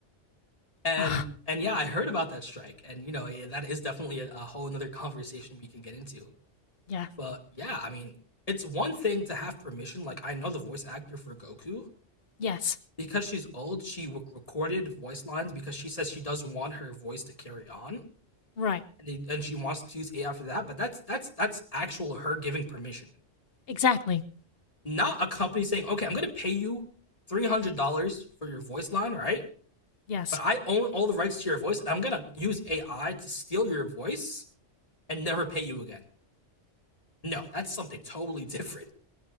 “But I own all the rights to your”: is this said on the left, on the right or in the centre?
Left